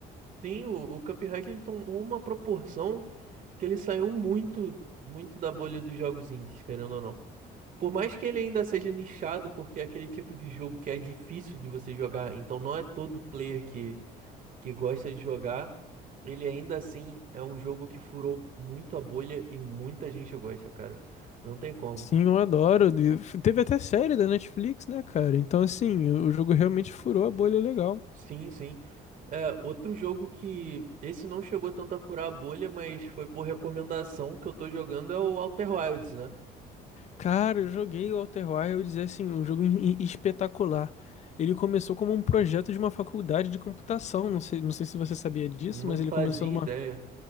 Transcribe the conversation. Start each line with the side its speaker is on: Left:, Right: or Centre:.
Right: Sim, o, o Cuphead ele tomou uma proporção que ele saiu muito, muito da bolha dos jogos indies, querendo ou não. Por mais que ele ainda seja nichado, porque é aquele tipo de jogo que é difícil de você jogar, então não é todo player que, que gosta de jogar, ele ainda assim é um jogo que furou muito a bolha e muita gente gosta, cara. Não tem como.
Left: Sim, eu adoro. E f- Teve até série da Netflix, né, cara? Então, assim, o o jogo realmente furou a bolha legal.
Right: Sim, sim. É, outro jogo que esse não chegou tanto a furar a bolha, mas foi por recomendação que eu tô jogando é o Outer Wilds, né?
Left: Cara, eu joguei o Outer Wilds, e, assim, um jogo in- espetacular. Ele começou como um projeto de uma faculdade de computação. Não sei, não sei se você sabia disso,
Right: Não
Left: mas
Right: fazia
Left: ele começou numa,
Right: ideia.